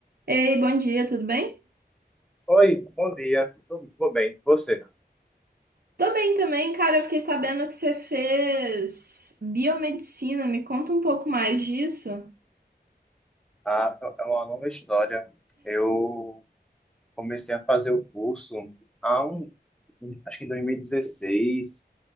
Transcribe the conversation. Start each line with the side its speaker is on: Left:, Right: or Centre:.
Right: Ei, bom dia, tudo bem?
Centre: Oi, bom dia. Tudo tudo bem? Você?
Right: Tô bem também, cara. Eu fiquei sabendo que você fez biomedicina. Me conta um pouco mais disso.
Centre: Ah, é uma longa história. Eu comecei a fazer o curso há um, acho que em 2016, e dezesseis,